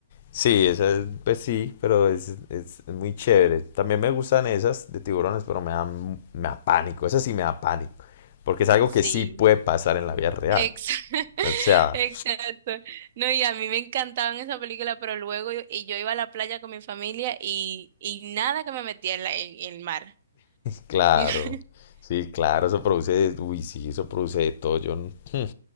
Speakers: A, on the left (about 45°); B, on the right (about 45°).
A: Sí, esa es, pues sí, pero es, es muy chévere. También me gustan esas de tiburones, pero me dan, me da pánico. Esa sí me da pánico. Porque es algo
B: Sí.
A: que sí puede pasar en la vida real.
B: Ex- <laughs>
A: O sea,
B: Exacto. No, y a mí me encantaban esas películas, pero luego yo, y yo iba a la playa con mi familia y, y nada que me metía en la- en el mar.
A: claro.
B: <laughs>
A: Sí, claro, eso produce, uy, sí, eso produce de todo. Yo, no- <laughs>